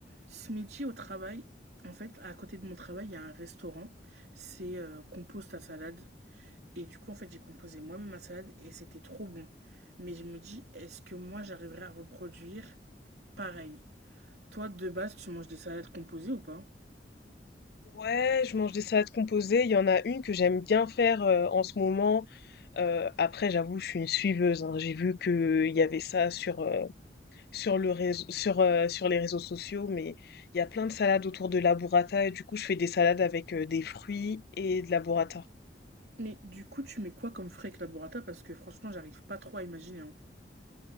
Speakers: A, on the right; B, on the left.
A: Ce midi au travail, en fait, à côté de mon travail, il y a un restaurant. C'est euh, compose ta salade. Et du coup, en fait, j'ai composé moi-même ma salade et c'était trop bon. Mais je me dis, est-ce que moi, j'arriverai à reproduire pareil Toi, de base, tu manges des salades composées ou pas
B: Ouais, je mange des salades composées. Il y en a une que j'aime bien faire euh, en ce moment. Euh, après, j'avoue, je suis une suiveuse. hein. J'ai vu qu'il y avait ça sur, euh, sur, le réseau, sur, euh, sur les réseaux sociaux, mais il y a plein de salades autour de la burrata. Et du coup, je fais des salades avec euh, des fruits et de la burrata.
A: Mais du coup, tu mets quoi comme frais avec la burrata Parce que franchement, j'arrive pas trop à imaginer. hein.